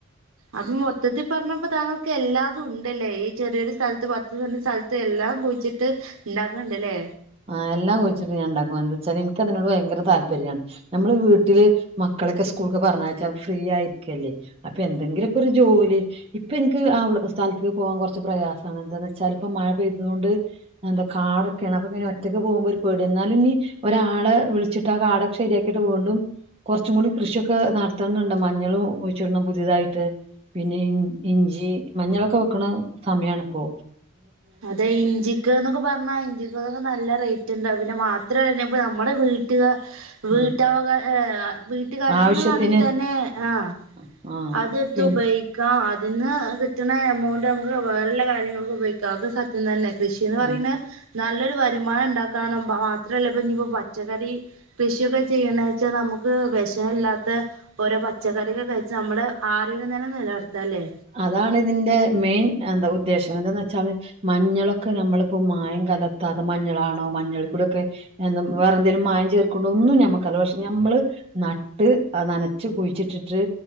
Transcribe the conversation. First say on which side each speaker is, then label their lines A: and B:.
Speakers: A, on the right; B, on the right.
A: അപ്പൊ മൊത്തത്തി പറഞ്ഞപ്പോ താങ്കൾക്ക് എല്ലാതും ഉണ്ടല്ലേ ഈ ചെറിയൊരു സ്ഥൽത്ത് പത്ത് സെന്റ് സ്ഥൽ- ത്ത് എല്ലാം കുഴിച്ചിട്ട് ഇണ്ടാക്ക്ണ്ട്ല്ലേ
B: അഹ് എല്ലാം കുഴിച്ചിട്ട് ഞാൻ ഇണ്ടാക്കും അഎന്തേച്ചാല് എനിക്കതിനോട് ഭയങ്കര താല്പര്യാണ് നമ്മളെ വീട്ടില് മക്കളെക്കെ സ്കൂൾക്ക് പറഞ്ഞയച്ച ഫ്രീ ആയിഇരിക്കല്ലേ അപ്പ എന്തെങ്കിലൊക്കെ ഒരു ജോലി ഇപ്പൊ എനിക്ക് അവ്ടെ സ്ഥലത്ത്ക്ക് പോവാൻ കൊർച്ച് പ്രയാസാണ് എന്താന്ന് വെച്ചാല്ഇപ്പ മഴ പെയ്തത് കൊണ്ട് എന്തോ കാടൊക്കേണ് അപ്പ പിന്നെ ഓ റ്റക്ക് പോവുമ്പോ ഒരു പേട്യാ ഇന്നാലും ഇനി ഒരാളെ വിളിച്ചിട്ട് ആ കാടൊക്കെ ശരിയാക്കീട്ട് വീണ്ടും കാെർച്ചും കൂടി കൃഷൊക്കെ നടത്തണംന്ന്ണ്ട് മഞ്ഞളും കുഴ്ച്ച്ടണം പുതേതായിട്ട് പിന്നെ ഇൻ ഇഞ്ചി മഞ്ഞളൊക്കെ വെക്ക്ണ സമയാണ്പ്പോ
A: അതെ ഇഞ്ചിക്ക്ന്നൊക്കെ പർഞ്ഞാ ഇഞ്ചി ഇവക്കക്ക നല്ല റെയ്റ്റ് ഇണ്ടാവും പിന്ന മാത്രല്ല ഞ്ഞിപ്പ നമ്മട വീട്ട്കാ വീട്ടവകാ
B: ആ,
A: ഏഹ് വീട്ട്കാര്യത്തിന്
B: ആവശ്യത്തിന്
A: വേണെങ്കി തന്നെ ആഹ്
B: ആഹ്
A: അത്ട്ത്ത്
B: പിന്നെ
A: ഉപയ് ക്കാം അത് ന്ന് കിട്ട്ണ എമൗണ്ട് നമുക്ക് വേറെല്ല കാര്യങ്ങൾക്ക്‌ ഉപയ്ക്കാം അത് സത്യം തന്നെ കൃഷീന്ന് പറീണ്
B: ആഹ്
A: നല്ലൊര് വരുമാനം ഇണ്ടാക്കാന്ന മാത്രല്ല ഇപ്പ ഇനിപ്പോ പച്ചക്കറീ കൃഷിയൊക്ക ചെയ്യ്ണ വെച്ച നമുക്ക് വെഷല്ലാത്ത ഓരോ പച്ചക്കറിക്ക കയ്ച്ച നമ്മടെ ആരോഗ്യം തന്നെ നെലർത്താല്ലേ
B: അതാണ് ഇതിന്റെ മെയ്ൻ എന്ത ഉദ്ദേശം എന്തന്ന് വെച്ചാള് മഞ്ഞളൊക്ക നമ്മള്പ്പോ മായം കലർത്താത മഞ്ഞളാണോ മഞ്ഞൾ പ്പൊടെക്കെ എന്ത വേറെന്തേലും മായം ചേർക്ക്‌ണ്ടോ ഒന്നും ഞമ്മക്കർല്ല പക്ഷെ ഞമ്മള് നട്ട് നനച്ച് കുയ്ച്ചിട്ടിട്ട്